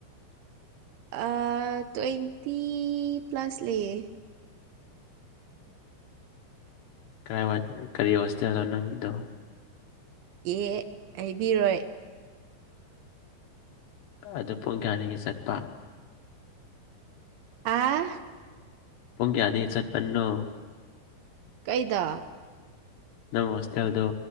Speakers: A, on the right; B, on the left.
A: ꯑ ꯇ꯭ꯋꯦꯟꯇꯤ ꯄ꯭ꯂꯁ ꯂꯩꯌꯦ
B: ꯀꯥꯏ ꯀꯔꯤ ꯍꯣꯁꯇꯦꯜꯅꯣ ꯅꯪꯒꯤꯗꯣ
A: ꯑꯦ ꯍꯥꯏꯕꯤꯔꯣꯏ
B: ꯑꯗꯨ ꯄꯨꯡ ꯀꯌꯥꯗꯒꯤ ꯆꯠꯄ
A: ꯍꯥ
B: ꯄꯨꯡ ꯀꯌꯥꯗꯒꯤꯩ ꯆꯠꯄꯅꯣ
A: ꯀꯩꯗ
B: ꯅꯪ ꯍꯣꯁꯇꯦꯜꯗꯨ